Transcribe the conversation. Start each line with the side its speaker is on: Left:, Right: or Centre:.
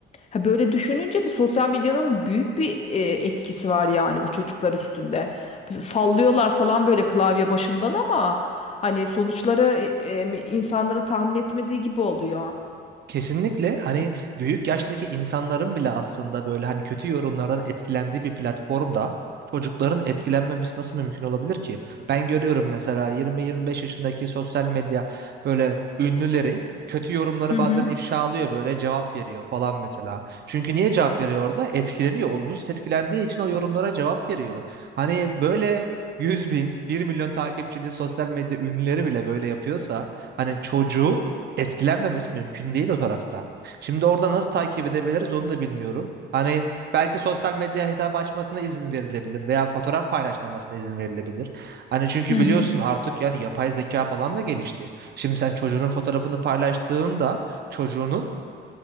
Left: Ha böyle düşününce de sosyal medyanın büyük bir e, etkisi var yani bu çocuklar üstünde. Sallıyorlar falan böyle klavye başından ama hani sonuçları e, insanların tahmin etmediği gibi oluyor.
Right: Kesinlikle hani büyük yaştaki insanların bile aslında böyle hani kötü yorumlardan etkilendiği bir platformda çocukların etkilenmemesi nasıl mümkün olabilir ki? Ben görüyorum mesela 20-25 yaşındaki sosyal medya böyle ünlüleri kötü yorumları
Left: Hı
Right: bazen
Left: hı.
Right: ifşa alıyor böyle cevap veriyor falan mesela. Çünkü niye cevap veriyor orada? Etkileniyor. Olumsuz etkilendiği için o yorumlara cevap veriyor. Hani böyle 100 bin, bir milyon takipçili sosyal medya ünlüleri bile böyle yapıyorsa hani çocuğun etkilenmemesi mümkün değil o tarafta. Şimdi orada nasıl takip edebiliriz onu da bilmiyorum. Hani belki sosyal medya hesabı açmasına izin verilebilir veya fotoğraf paylaşmamasına izin verilebilir. Hani çünkü
Left: Hı hı.
Right: biliyorsun artık yani yapay zeka falan da gelişti. Şimdi sen çocuğunun fotoğrafını paylaştığında çocuğunun